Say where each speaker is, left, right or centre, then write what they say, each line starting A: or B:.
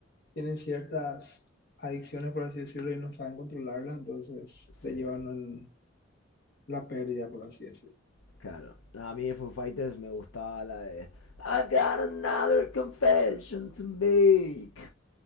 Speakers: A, on the left; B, on the left.
A: tienen ciertas adicciones, por así decirlo, y no saben controlarlas, entonces
B: Sí.
A: le llevan en la pérdida, por así decirlo.
B: Claro. No, a mí de Foo Fighters me gustaba la de I've got another confession to make.